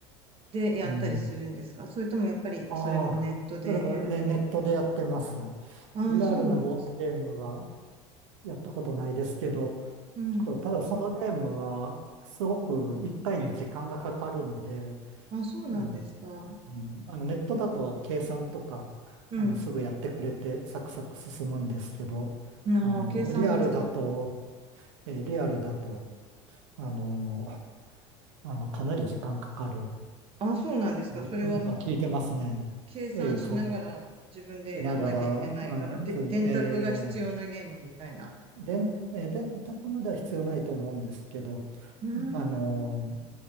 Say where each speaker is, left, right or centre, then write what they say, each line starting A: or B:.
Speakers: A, on the right (about 40°); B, on the right (about 80°).
A: でやったりするんですかそれともやっぱりそれもネットでやるだけ
B: うん。ああ、それはね、ネットでやってます。
A: ああ、
B: リアルなボードゲームは
A: そうなんです。
B: やったことないですけど、
A: うん。
B: ちょっとただそのゲームはすごく一回に時間がかかるので、
A: あ、そうなんですか。
B: あの、うん、あのネットだと計算とか、
A: うん。
B: あのすぐやってくれてサクサク進むんですけど、
A: ああ、
B: あの、
A: 計算が必要。
B: リアルだと、えーリアルだと、あの、あの、かなり時間かかる
A: あ、そうなんですか。
B: というふうには聞いてますね。
A: それはもっ計算しながら自分でやんなきゃいけないから、
B: えっと、いながら、うん、
A: で、
B: ずえー
A: 電卓が必要なゲームみたいな。
B: 電、えー電卓までは必要ないと思うんですけど、
A: うー
B: あの、
A: ん、